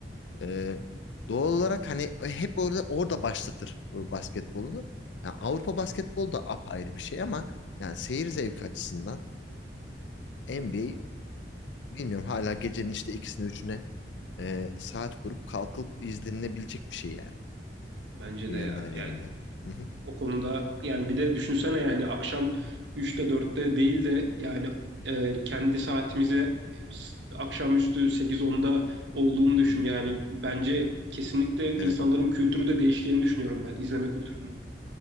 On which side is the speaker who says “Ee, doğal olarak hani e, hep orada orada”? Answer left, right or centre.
Left